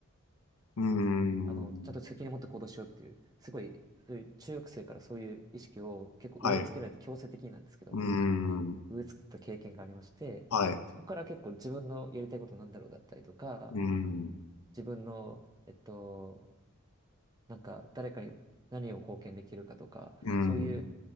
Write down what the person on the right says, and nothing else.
あの、ちゃんと責任を持って行動しようっていう、すごい、そういう中学生からそういう意識を結構植え付けられて、
強制的になんですけど、
植え付けた経験がありまして、
そこから結構自分のやりたいことなんだろうだったりとか、
自分の、えっと、なんか誰かに何を貢献できるかとか、
そういう